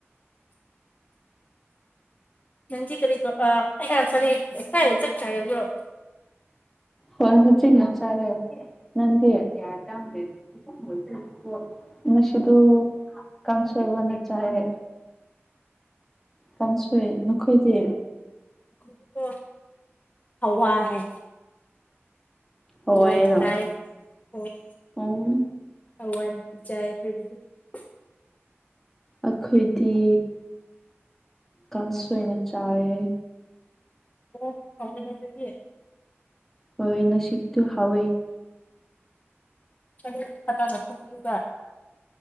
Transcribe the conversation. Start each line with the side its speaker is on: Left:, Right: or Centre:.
Left: ꯅꯪꯗꯤ ꯀꯔꯤ ꯇꯧ ꯑꯥ <unintelligible> ꯉꯁꯥꯏꯅ ꯆꯛ ꯆꯥꯔꯕ꯭ꯔꯣ
Centre: ꯍꯣꯏ ꯍꯨꯖꯤꯛꯅ ꯆꯥꯔꯦ ꯅꯟꯗꯤ <unintelligible> ꯉꯁꯤꯗꯨ ꯀꯥꯡꯁꯣꯏ ꯑꯣꯢꯅ ꯆꯥꯏꯌꯦ ꯀꯥꯡꯁꯣꯏ ꯅꯈꯣꯏꯗꯤ
Left: ꯈꯣꯏꯗꯤꯀꯣ ꯍꯋꯥꯏ
Centre: ꯍꯋꯥꯏꯔꯣ
Left: ꯍꯋꯥꯏꯅ ꯆꯥꯏꯌꯦ ꯍꯣꯏ
Centre: ꯎꯝ
Left: ꯍꯋꯥꯏꯅꯄꯤ ꯆꯥꯏ ꯑꯈꯣꯏꯒꯤꯗꯤ <unintelligible>
Centre: ꯑꯈꯣꯏꯗꯤ ꯀꯥꯡꯁꯣꯏꯅ ꯆꯥꯌꯦ
Left: ꯑꯣ ꯍꯥꯥꯎꯅꯦꯗ ꯗꯨꯗꯤ
Centre: ꯍꯣꯏ ꯅꯁꯤꯒꯤꯗꯨ ꯍꯥꯎꯋꯦ
Left: ꯑꯌꯨꯛ ꯀꯅꯥꯅ ꯊꯣꯡꯕꯤꯕ